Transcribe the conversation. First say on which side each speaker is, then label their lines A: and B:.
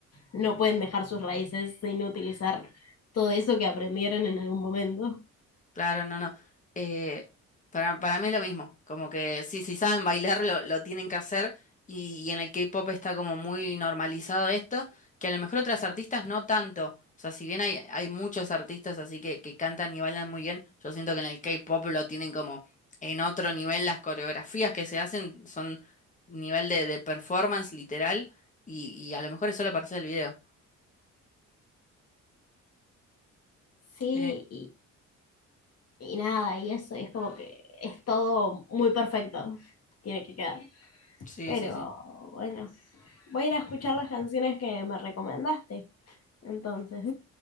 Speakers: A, on the left; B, on the left.
A: no pueden dejar sus raíces sin utilizar todo eso que aprendieron en algún momento.
B: Claro, no, no. Eh, para, para mí es lo mismo, como que sí, si saben bailar lo, lo tienen que hacer y, y en el K-pop está como muy normalizado esto, que a lo mejor otras artistas no tanto. O sea, si bien hay, hay muchos artistas así que, que cantan y bailan muy bien, yo siento que en el K-pop lo tienen como en otro nivel, las coreografías que se hacen son nivel de, de performance literal y, y a lo mejor es solo para hacer el video.
A: Sí,
B: Eh,
A: y nada, y eso, y es como que es todo muy perfecto, tiene que quedar.
B: sí,
A: Pero
B: sí, sí.
A: bueno, voy a ir a escuchar las canciones que me recomendaste, entonces,